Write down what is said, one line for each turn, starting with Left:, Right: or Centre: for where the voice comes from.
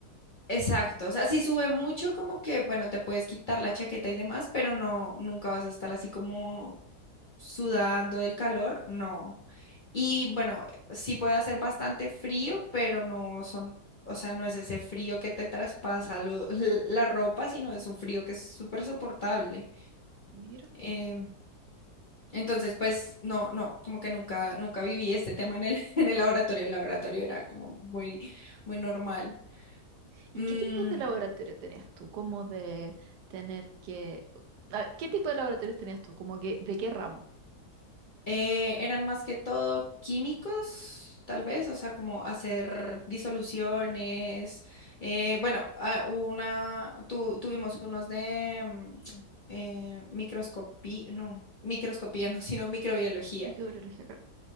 Left: exacto. O sea, si sube mucho, como que, bueno, te puedes quitar la chaqueta y demás, pero no, nunca vas a estar así como sudando del calor, no. Y bueno, sí puede hacer bastante frío, pero no son, o sea, no es ese frío que te traspasa lo- <laughs> la ropa, sino es un frío que es súper soportable.
Right: Mira.
Left: Em, Entonces, pues no, no, como que nunca, nunca viví este tema en el, <laughs> en el laboratorio. El laboratorio era como muy, muy normal.
Right: ¿Y
Left: Mm,
Right: qué tipo de laboratorio tenías tú? Como de tener que... a ver, ¿Qué tipo de laboratorios tenías tú? Como que, ¿de qué ramo?
Left: eh, eran más que todo químicos, tal vez, o sea, como hacer disoluciones. eh, bueno, ah, una, tu- tuvimos unos de mm, eh, microscopía, no, microscopía, <laughs> no, sino microbiología.
Right: Microbiología, claro.